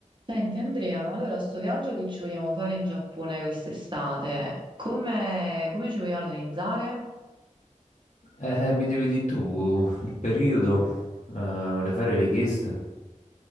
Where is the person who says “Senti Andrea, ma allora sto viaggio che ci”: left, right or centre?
Right